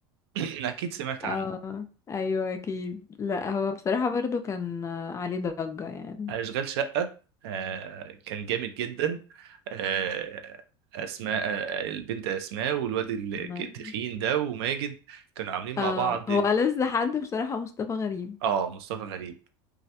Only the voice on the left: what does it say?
اه
ايوه اكيد لا هو بصراحة برضو كان آه، عليه ضجة يعني
مم.
اه
هو ألذ حد بصراحة مصطفى غريب